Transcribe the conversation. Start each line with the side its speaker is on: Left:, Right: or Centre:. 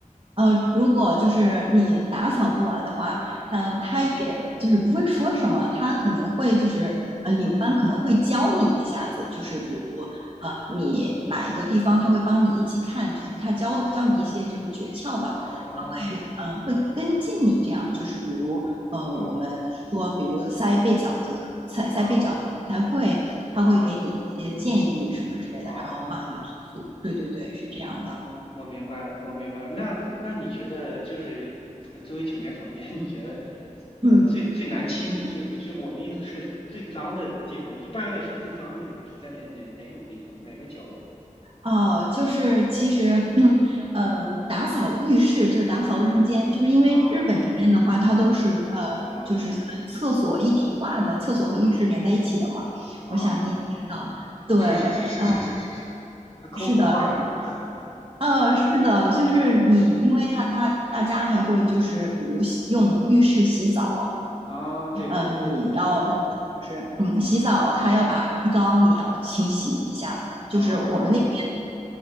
Right: 呃，如果就是你打扫不完的话，嗯、
Left: 嗯
Right: 他也就是不会说什么，他可能会就是呃，
Left: 嗯
Right: 领班可能会教你一下子，
Left: 嗯哦
Right: 就是比如呃，你哪一个地方他会帮你一起看，就是他教教你一些就是诀窍吧，
Left: 哦
Right: 他会嗯、呃、会跟进你这样，就是比如呃，
Left: 哦
Right: 我们说比如塞被饺子，塞塞被饺子不太会，
Left: 哦哦
Right: 他会给你一些建议什么之类的，
Left: 哦哦。
Right: 然后帮你提速。对对对，是这样的。
Left: 哦，我明白了，我明白了。那那你觉得就是呃作为酒店房间，你觉得呃最最难清理，
Right: 嗯。
Left: 就就我的意思是最脏的地方，一般来说最脏的地方是在哪哪哪种地方，哪个角落？
Right: 哦，就是其实，<clears throat> 嗯，打扫浴室就是打扫卫生间，就是因为日本这边的话，
Left: 啊，
Right: 它都是呃，
Left: 嗯
Right: 就是相当于厕所一体化的，厕所和浴室连在一起的嘛。
Left: 啊，
Right: 我想你也知道，对，
Left: 是是是是是是是，
Right: 呃，
Left: 还抠头发是什么呀？
Right: 是的，呃，是的，就是你，
Left: <laughs>
Right: 因为他它大家还会就是比如洗用浴室洗澡，
Left: 啊，对，
Right: 呃，你要那个就是嗯，洗澡他要把浴缸你要清洗一下，
Left: 嗯
Right: 就是我们那。
Left: 啊